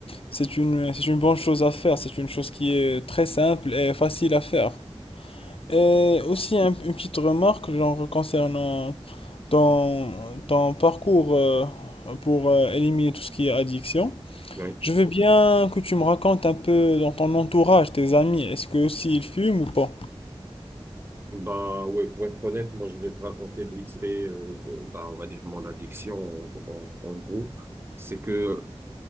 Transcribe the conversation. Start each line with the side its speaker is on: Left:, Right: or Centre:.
Left: C'est une, c'est une bonne chose à faire, c'est une chose qui est très simple et facile à faire. Et aussi un- une petite remarque genre, concernant ton, ton parcours euh, pour euh, éliminer tout ce qui est addiction.
Right: oui.
Left: Je veux bien que tu me racontes un peu dans ton entourage, tes amis, est-ce que aussi ils fument ou pas?
Right: Bah ouais, pour être honnête, moi je vais te raconter vite fait, euh, euh, bah, on va dire mon addiction en, en en gros c'est que